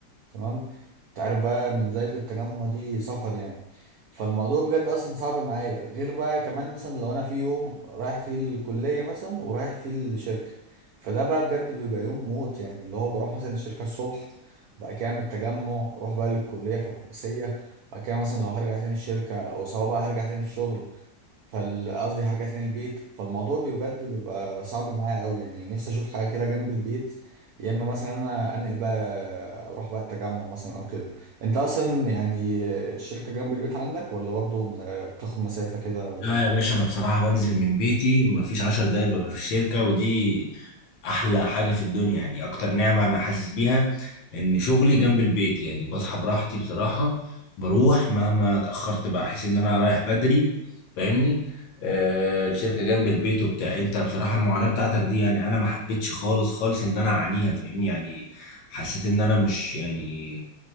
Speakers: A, on the right; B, on the left.
A: تمام انت عارف بقى من زايد للتجمع دي سفر يعني فالموضوع بجد اصلا صعب معايا غير بقى كمان مثلا لو انا في يوم رايح فيه الكلية مثلا ورايح فيه الشركة فده بقى بجد بيبقى يوم موت يعني اللي هو بروح مثلا الشركة الصبح وبعد كده من التجمع اروح بقى للكلية في العباسية بعد كده مثلا لو هرجع تاني الشركة او سواء بقى هرجع تاني الشغل فقصدي هرجع تاني البيت فالموضوع بي- بجد بيبقى صعب معايا قوي يعني نفسي اشوف حاجه كده جنب البيت يا اما مثلا انا انقل بقى اروح بقى التجمع مثلا او كده انت اصلا يعني الشركه جنب البيت عندك ولا برضو م- بتاخد مسافه كده ولا
B: لا
A: إيه؟
B: يا باشا انا بصراحه بنزل من بيتي مفيش عشر دقايق ببقى في الشركه ودي احلى حاجه في الدنيا يعني اكتر نعمه انا حاسس بيها ان شغلي جنب البيت يعني بصحى براحتي بصراحه بروح مهما اتاخرت بقى احس ان انا رايح بدري فاهمني آه الشركه جنب البيت وبتاع انت بصراحه المعاناه بتاعتك دي يعني انا ما حبيتش خالص خالص ان انا اعانيها فاهمني يعني حسيت ان انا مش يعني